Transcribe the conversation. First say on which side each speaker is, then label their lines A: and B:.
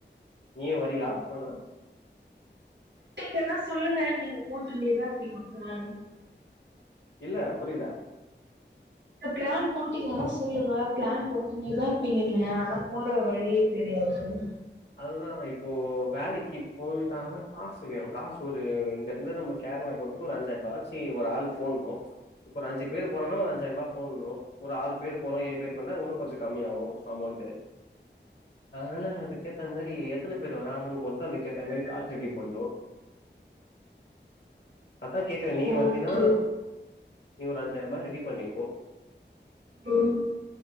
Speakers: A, on the left (about 65°); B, on the right (about 70°).
A: நீயு வரியா போலா
B: ட்டாச்சுனா தா சொல்லுங்க நீங்க போட்டுனேதா இருப்பீங்கோ <unintelligible>
A: இல்ல புரில
B: நீங்க ப்ளான் போட்டீங்கன்னா சொல்லுங்க ப்ளான் போட்டுன்னேதா இருப்பீங்க நீங்க ஆனா போற வழியே தெரியாது <unintelligible>
A: அதுதா இப்போ வேலைக்கி போயிருங்கன்னா காசு வேணு காசு ஒரு இங்கருந்து நம்ம கேரளா போறத்துக்கு ஒரு அஞ்சாயிர ரூபாவாச்சு ஒரு ஆள் போட்ணு இப்ப ஒரு அஞ்சு பேர் போறோன்னா ஒரு அஞ்சாயிர ரூபா போட்ணு ஒரு ஆறு பேரு போறோ ஏழு பேர் போறோன்னா இன்னு கொஞ்சோ கம்மியாவு அமௌண்ட்டு அதனால அதுக்கே ஏத்தாமாரி எத்தன பேரு வராங்கன்னு பொறுத்து அதுக்கேத்த மாரி காஸ் ரெடி பண்ணனு அதா கேக்குறே நீயு
B: ஓகே
A: வந்தினா நீ ஒரு அஞ்சாயிரம் ரூபா ரெடி பண்ணிக்கோ
B: ம்